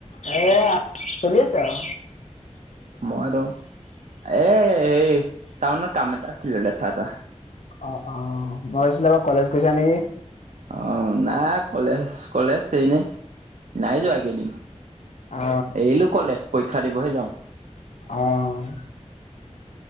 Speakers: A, on the left; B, on the right.
A: এ চলি আছ তে অ, <unintelligible>
B: মইতো এইয়ে হেই টাউনত কাম এটা আছিলে লেঠা এটা।
A: অ' অ' মই ভাবিছিলোঁ আকৌ কলেজ গৈছা নেকি?
B: অ' নাই কলেজ কলেজ এনে নাই যোৱা কেইদিন।
A: অ
B: এইৰিলো কলেজ। পৰীক্ষা দিবহে যাওঁ।
A: অহ'